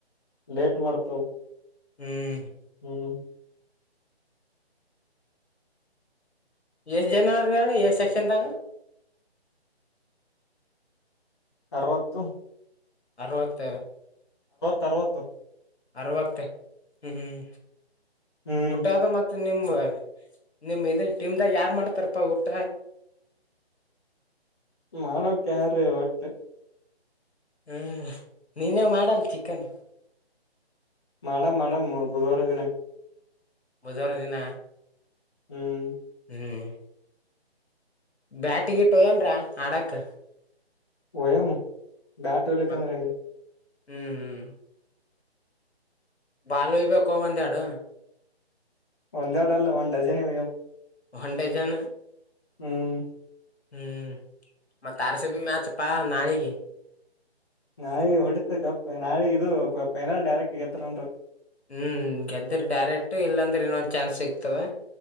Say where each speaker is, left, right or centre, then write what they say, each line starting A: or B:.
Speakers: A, on the left (about 25°); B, on the left (about 75°).
A: ಲೇಟ್ ಮಾಡ್ತಾವ
B: ಹ್ಮ್
A: ಹ್ಮ್
B: ಎಷ್ಟ ಜನವರಿಡ ಎ ಸೆಕ್ಷನ್ ತಾಗ
A: ಅರವತ್ತು
B: ಅವತ
A: ತರ್ವತ್ತು
B: ಅರವತ್ತ ಹ್ಮ್ ಹ್ಮ್
A: ಹ್ಮ್
B: ಊಟದ ಮತ್ತೆ ಮ ನಿಮ ನಿಮ್ ಇದ ಟೀಮ್ದಾಗ ಯಾರ ಮಾಡ್ತಾರಪ್ಪಾ ಊಟ
A: ಮಾಡಡೋ ಕಾರ ಒಟ್ಟು
B: ಹ್ಮ್ ನೀನೇ ಮಾಡಲ್ ಚಿಕನ್
A: ಮೇಡಮ್ ಮೇಡಮ್ ಬುಧವಾರ ದಿನ
B: ಬದರನ್ನ
A: ಹ್ಮ್
B: ಹ್ಮ್ ಬ್ಯಾಟಗಿಟ್ಟುಯ್ಯನ್ ಆಡಕ್
A: ಯಾಮ ಬ್ಯಾಟರಿಲ್ಲಿಕ್ಕೆಗೆ
B: ಮತ್ ಹ್ಮ್ ಹ್ಮ್ ಬಾಲ್ ಇಬೇಕು ಒಂದ್ಯಾಡು
A: ಒಂದೆರಡು ಅಲ್ಲ ಒಂದ್ ಡಜನ್ ಇವ
B: ಹಣಂಡೆ ಜನ
A: ಹ್ಮ್
B: ಹ್ಮ್ ಮತ್ತ ತಾರಸ ಮ್ಯಾಚ್ ಪ ನಳಗೆ
A: ನಾಳಿ ಹೊಡಿತ ಕಪ್ ನಾಳಿ ಇದು ಫೈನಲ್ ಡೈರೆಕ್ಟ್ ಗೆದ್ರನ್ರ
B: ಹ್ಮ್ ಗೆದ್ದ್ರ ಡೈರೆಕ್ಟ್ ಇಲ್ಲಾಂದ್ರೆ ಇನ್ನೊಂದ್ ಚಾನ್ಸ್ ಸಿಗ್ತವೆ